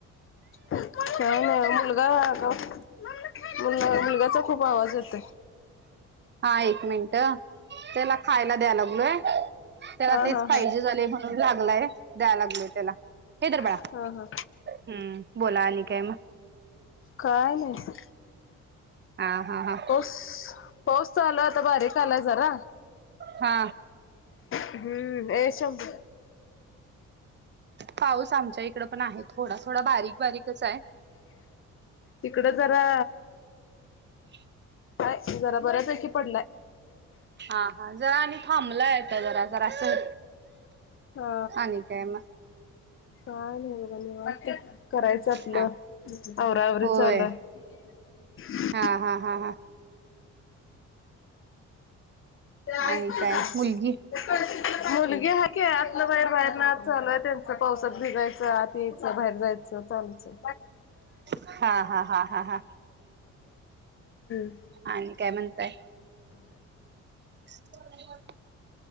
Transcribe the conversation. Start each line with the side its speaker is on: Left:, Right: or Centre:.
Left: का नाही मुलगा मुल मुलग्याचा खूप आवाज येतो
Right: हा एक मिनट त्याला खायला द्यायला लागलोय त्याला
Left: हा
Right: तेच
Left: हा
Right: पाहिजे झाले लागलाय द्याय लागलय त्याला हे धर बाळा
Left: हा हा हा
Right: हम्म बोला आणि काय मग
Left: काय नाही
Right: हा हा हा
Left: असस पाऊस चालू आहे आता बारीक आलाय जरा
Right: हा
Left: हम्म ए शंब
Right: पाऊस आमच्या इकड पण आहे थोडा थोडा बारीक बारीकच आहे
Left: इकड जरा
Right: <inaudible>
Left: हाय जरा बऱ्यापैकी पडलाय
Right: हा हा जरा आणि थांबलाय आता जरा जरासं
Left: हा
Right: आणि काय मग
Left: काय नाही बघा निवांत करायचं आपलं
Right: हा
Left: अवरावर
Right: होय.
Left: चालय म <unintelligible> <inaudible>
Right: हा हा हा हा
Left: ते
Right: आणि
Left: ऐक
Right: काय
Left: का <unintelligible>
Right: <inaudible>
Left: मुलगी हाय की आतन बाहेर बाहेर ना चालूय त्यांच पावसात भिजायचं आत यायचं बाहेर जायचं चालू्
Right: हा हा हा हा हा
Left: <unintelligible>
Right: आणि काय म्हणताय <inaudible>